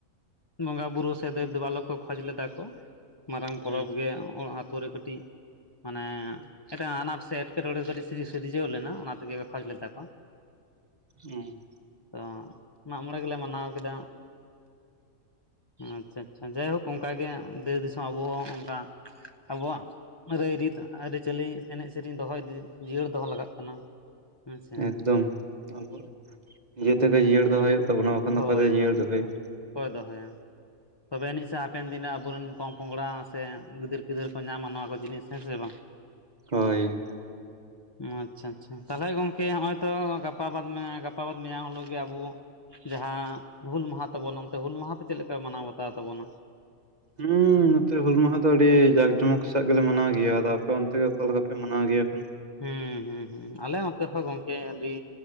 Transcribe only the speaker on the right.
ᱦᱩᱸ
ᱚᱸ
ᱮᱠ ᱫᱚᱢ ᱱᱤᱡᱮ ᱛᱮ ᱜᱮ ᱡᱤᱭᱟᱹᱲ ᱫᱚᱦᱚᱭ ᱦᱩᱭᱩᱜ ᱛᱟᱵᱚᱱᱟ ᱵᱟᱠᱷᱟᱱ
ᱫᱚ ᱚᱠᱚᱭ ᱫᱚᱭ
ᱡᱤᱭᱟᱹᱲ ᱫᱚᱦᱚᱭᱟ᱾
ᱦᱳᱭ
ᱦᱩᱸ <unintelligible> ᱱᱚᱛᱮ ᱦᱩᱞ ᱢᱟᱦᱟ ᱫᱚ ᱟᱹᱰᱤ ᱡᱟᱠ ᱡᱚᱢᱚᱠ ᱥᱟᱜ ᱜᱮᱞᱮ ᱢᱟᱱᱟᱣ ᱜᱮᱭᱟ ᱟᱫᱚ ᱟᱯᱮ ᱚᱱᱛᱮ ᱫᱚ ᱚᱠᱟ ᱞᱮᱠᱟ ᱯᱮ ᱢᱟᱱᱟᱣ ᱜᱮᱭᱟ ᱮᱠᱷᱚᱱ᱾